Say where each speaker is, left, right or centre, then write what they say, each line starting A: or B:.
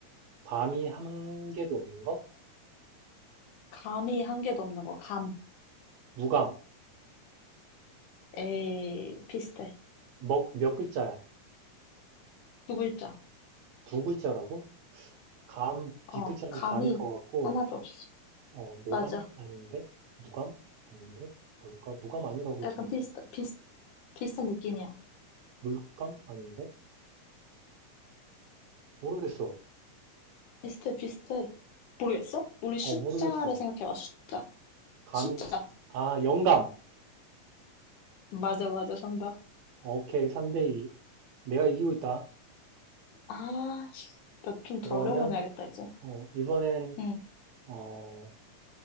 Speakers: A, on the right; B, on the left.
A: 밤이 한 개도 없는 거?
B: 감이 한 개도 없는 거. 감.
A: 무감.
B: 에이, 비슷해.
A: 먹 몇 글자야?
B: 두 글자.
A: 두 글자라고? 감, 뒷글자는
B: 어, 감이
A: 감일 것 같고,
B: 하나도 없어.
A: 어, 노감?
B: 맞아.
A: 아닌데? 무감? 아닌데? 뭘까? 무감 아니라고 그랬으니까.
B: 약간 비슷, 비슷, 비슷한 느낌이야.
A: 물감? 아닌데? 모르겠어.
B: 비슷해, 비슷해. 모르겠어? 우리 숫자를
A: 어, 모르겠어.
B: 생각해봐, 숫자.
A: 감이,
B: 숫자.
A: 아, 영감.
B: 맞아, 맞아, 정답.
A: 어, 오케이. 3대2. 내가 이기고 있다.
B: 아, 나 좀
A: 그러면,
B: 더 어려운 거 내야겠다, 이제.
A: 어, 이번엔,
B: 응,
A: 어,